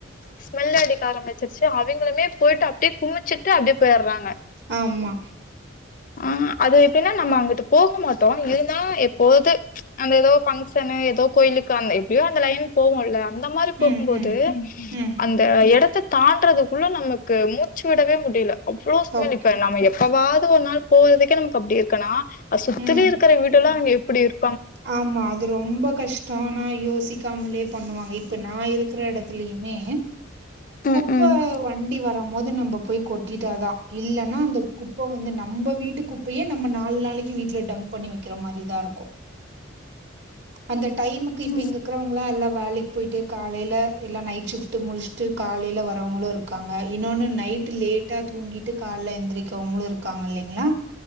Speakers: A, on the left; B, on the right.
A: ஸ்மெல்ல அடிக்க ஆரம்பிச்சிருச்சு அவிங்களுமே போய்ட்டு அப்டியே குமிச்சிட்டு அப்டியே போயிறாங்க
B: ஆமா
A: அ அது எப்டின்னா நம்ம அங்கிட்டு போக மாட்டோ இருந்தாலு எப்போவாது அந்த ஏதோ பங்க்ஷனு ஏதோ கோயிலுக்கு அந்த எப்டியோ அந்த லைன் போவோல்ல அந்த மாரி போகும்போது
B: ம், ம், ம்.
A: அந்த எடத்த தாண்டுறதுக்குள்ள நமக்கு மூ மூச்சு விடவே முடில அவ்ளோ ஸ்மெல்
B: ஓகே.
A: இப்ப நம்ம எப்பவாவது ஒரு நாள் போறதுக்கே நமக்கு அப்டி இருக்குன்னா அ சுத்திலே
B: ம்.
A: இருக்கிற வீடெல்லா அங்க எப்டி இரு
B: ஆமா அது ரொம்ப கஷ்டோ நா யோசிக்காமலயே பண்ணுவாங்க இப்ப நா இருக் இருக்கிற எடத்துலயுமே
A: ம்
B: குப்ப
A: ம்
B: வண்டி வரும் போது நம்ம போய் கொட்டிட்டாதா இல்லன்னா அந்த குப்ப வந்து நம் நம்ம வீட்டுக்குப்பையே நம்ம நாலு நாளைக்கு வீட்ல டம்ப் பண்ணி வைக்கிற மாரி தா இருக்கு அந்த டைமுக்கு இப்ப
A: ம்
B: இங்க இருக்றவங்களா எல்ல வேலைக்கு போயிட்டு காலையில இல்ல நைட் ஷிப்ட் முடிச்சுட்டு காலையில வரவங்களு இருக்காங்க இன்னொன்னு நைட் நைட்டு லேட்டா தூங்கிட்டு காலைல எந்திரிக்கவங்களு இருக்காங்க இல்லிங்ளா